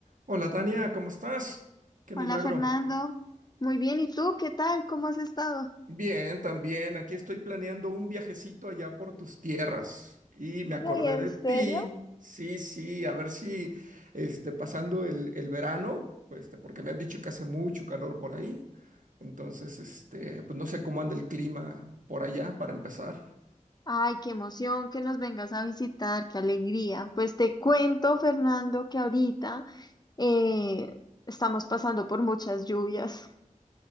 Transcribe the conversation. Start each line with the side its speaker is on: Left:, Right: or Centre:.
Right: Hola Tania, ¿cómo estás? Qué
Left: Hola
Right: milagro.
Left: Fernando, muy bien, ¿y tú qué tal? ¿Cómo has estado?
Right: Bien, también. Aquí estoy planeando un viajecito allá por tus tierras y me
Left: Ay,
Right: acordé
Left: ¿en
Right: de
Left: serio?
Right: ti. Sí, sí, a ver si este, pasando el, el verano, pues, este, porque me han dicho que hace mucho calor por ahí. Entonces, este, pues no sé cómo anda el clima por allá para empezar.
Left: Ay, qué emoción que nos vengas a visitar, qué alegría. Pues te cuento, Fernando, que ahorita eh, estamos pasando por muchas lluvias.